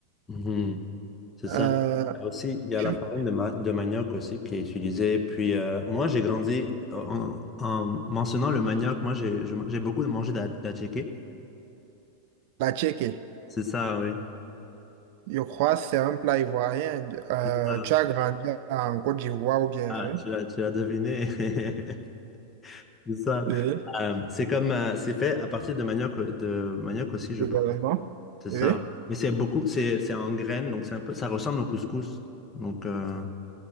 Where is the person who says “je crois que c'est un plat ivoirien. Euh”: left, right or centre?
Right